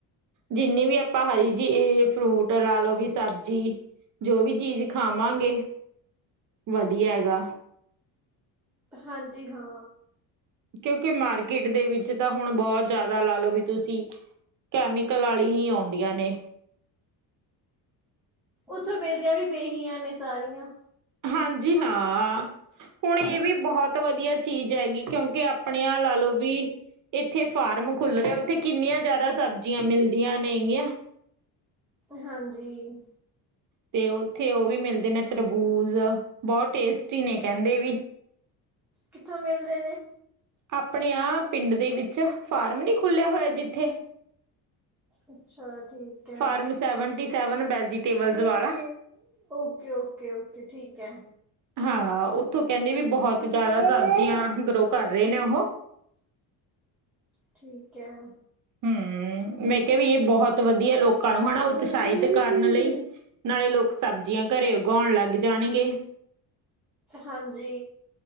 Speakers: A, on the right (about 45°); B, in the centre.
A: ਜਿੰਨੀ ਵੀ ਆਪਾਂ ਹਰੀ ਜੇ ਫਰੂਟ ਲਾ ਲਓ ਵੀ ਸਬਜ਼ੀ ਜੋ ਵੀ ਚੀਜ਼ ਖਾਵਾਂਗੇ ਵਧੀਆ ਗਾ
B: ਹਾਂਜੀ ਹਾਂ
A: ਕਿਉਂਕਿ ਮਾਰਕੀਟ ਦੇ ਵਿੱਚ ਤਾਂ ਹੁਣ ਬਹੁਤ ਜ਼ਿਆਦਾ ਲਾ ਲਓ ਵੀ ਤੁਸੀਂ ਕੈਮੀਕਲ ਆਲੀ ਹੀ ਆਉਂਦੀਆਂ ਨੇ
B: ਉੱਥੋਂ ਮਿਲਦੀਆਂ ਵੀ ਬੇਹੀਆਂ ਨੇ ਸਾਰੀਆਂ
A: ਹਾਂਜੀ ਹਾਂ ਹੁਣ ਇਹ ਵੀ ਬਹੁਤ ਵਧੀਆ ਚੀਜ਼ ਹੈਗੀ ਕਿਉਂਕਿ ਆਪਣੇ ਆਪ ਲਾ ਲਓ ਵੀ ਇੱਥੇ ਫਾਰਮ ਖੁੱਲ ਰਿਹਾ ਉੱਥੇ ਕਿੰਨੀਆਂ ਜ਼ਿਆਦਾ ਸਬਜ਼ੀਆਂ ਮਿਲਦੀਆਂ ਨੇਗੀਆਂ
B: ਹਾਂਜੀ
A: ਤੇ ਉੱਥੇ ਉਹ ਵੀ ਮਿਲਦੇ ਨੇ ਤਰਬੂਜ਼ ਬਹੁਤ ਟੇਸਟੀ ਨੇ ਕਹਿੰਦੇ ਵੀ
B: ਕਿੱਥੋਂ ਮਿਲਦੇ ਨੇ
A: ਆਪਣੇ ਆ ਪਿੰਡ ਦੇ ਵਿੱਚ ਫਾਰਮ ਨੀ ਖੁੱਲਿਆ ਹੋਇਆ ਜਿੱਥੇ
B: ਅੱਛਾ ਠੀਕ ਹੈ
A: form seven seven T vegetable ਵਾਲਾ
B: ਓਕੇ ਓਕੇ ਓਕੇ ਠੀਕ ਹੈ
A: ਹਾਂ ਉੱਥੋਂ ਕਹਿੰਦੇ ਵੀ ਬਹੁਤ ਜਿਆਦਾ ਸਬਜ਼ੀਆਂ ਗਰੋ ਕਰ ਰਹੇ ਨੇ ਉਹ
B: ਠੀਕ ਹੈ
A: ਹੂੰ ਮੈਂ ਕਿਹਾ ਵੀ ਇਹ ਬਹੁਤ ਵਧੀਆ ਲੋਕਾਂ ਨੂੰ ਹਨਾ ਉਤਸ਼ਾਹਿਤ ਕਰਨ ਲਈ ਨਾਲੇ ਲੋਕ ਸਬਜ਼ੀਆਂ ਘਰੇ ਉਗਾਉਣ ਲੱਗ ਜਾਣਗੇ
B: ਹਾਂਜੀ